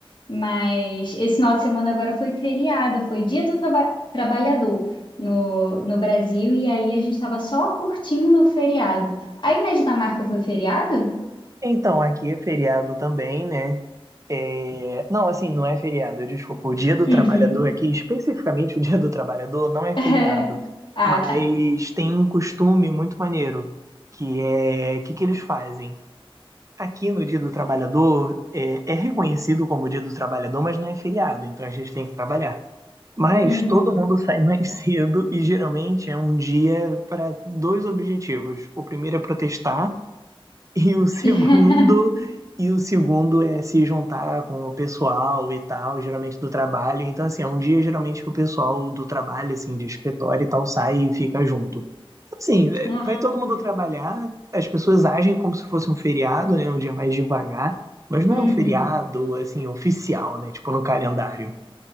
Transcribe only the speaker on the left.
Mas esse final de semana agora foi feriado, foi Dia do Traba- Trabalhador no, no Brasil, e aí a gente estava só curtindo o feriado. Aí na Dinamarca foi feriado?
Uhum.
<laughs>
Ah,
tá.
Uhum.
<laughs>
Ah,
uhum.